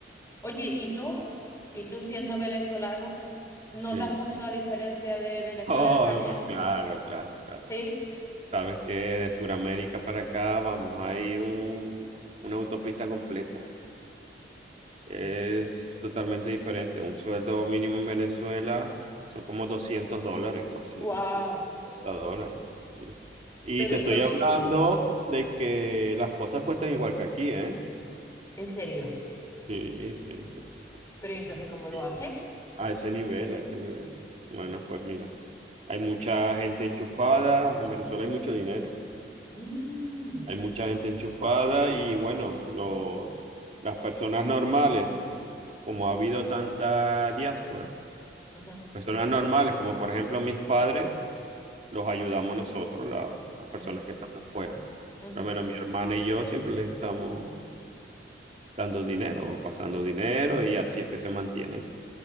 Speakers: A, on the left; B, on the right.
A: Oye, ¿y tú? ¿Y tú siendo venezolano, notas
B: Sí.
A: mucho
B: <laughs>
A: la diferencia de Venezuela
B: Oh,
A: a España?
B: no, claro, claro, claro.
A: ¿Sí?
B: Sabes que de Sudamérica para acá vamos, hay un, una autopista completa. Es totalmente diferente. Un sueldo mínimo en Venezuela son como 200 dólares o así,
A: ¡Wow!
B: 250 dólares o así. Y
A: Pero
B: te
A: ¿y
B: estoy
A: con
B: hablando
A: ese?
B: de que las cosas cuestan igual que aquí, ¿eh?
A: ¿En serio?
B: Sí, sí, sí, sí, sí. sí.
A: ¿Pero y entonces
B: Así
A: cómo lo
B: que
A: hace?
B: a ese nivel, a ese nivel. Bueno, pues mira, hay mucha gente enchufada. En Venezuela hay mucho dinero.
A: Mm.
B: Hay mucha gente enchufada y bueno, los, las personas normales, como ha habido tanta diáspora,
A: Ujú,
B: personas normales, como por ejemplo mis padres, los ayudamos nosotros, la- las personas
A: ujú,
B: que estamos fuera.
A: ujú.
B: Por lo menos mi hermana y yo siempre les estamos dando dinero o pasando dinero y así es que se mantienen.